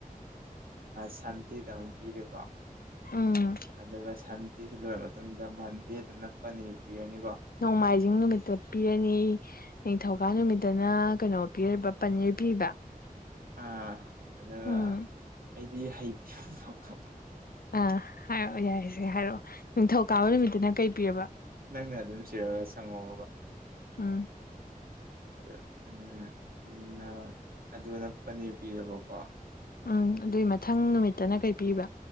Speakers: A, on the right (about 80°); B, on the left (about 80°).
A: ꯁꯟꯇꯦꯗ ꯑꯃꯨꯛ ꯄꯤꯔꯦꯀꯣ
B: ꯎꯝ
A: ꯑꯗꯨꯒ ꯁꯟꯗꯦꯁꯤ ꯂꯣꯏꯔ ꯃꯇꯨꯡꯗ ꯃꯟꯗꯦꯗꯅ ꯄꯅꯤꯔ ꯄꯤꯔꯅꯤꯀꯣ
B: ꯅꯣꯡꯃꯥꯏꯖꯤꯡ ꯅꯨꯃꯤꯠꯇ ꯄꯤꯔꯅꯤ ꯅꯤꯡꯊꯧꯀꯥ ꯅꯨꯃꯤꯠꯇꯅ ꯀꯩꯅꯣ ꯄꯤꯔꯤꯕ ꯄꯅꯤꯔ ꯄꯤꯕ
A: ꯑꯥ ꯑꯗꯨꯒ
B: ꯎꯝ
A: ꯑꯩꯗꯤ ꯍꯩꯇꯦꯐꯀꯣ
B: ꯑꯥ ꯍꯥꯏꯔꯛꯑꯣ ꯌꯥꯔꯦꯁꯦ ꯍꯥꯏꯔꯛꯑꯣ ꯅꯤꯡꯊꯧꯀꯥꯕ ꯅꯨꯃꯤꯠꯇꯅ ꯀꯩ ꯄꯤꯔꯕ
A: ꯅꯪꯅ ꯑꯗꯨꯝ ꯁꯤꯔꯒ ꯁꯪꯉꯣꯕ
B: ꯑꯝ
A: ꯑ ꯎꯝ ꯎꯝ ꯑꯗꯨꯒꯅ ꯄꯅꯤꯔ ꯄꯤꯔꯕꯀꯣ
B: ꯎꯝ ꯑꯗꯨꯏ ꯃꯊꯪ ꯅꯨꯃꯤꯠꯇꯅ ꯀꯩ ꯄꯤꯕ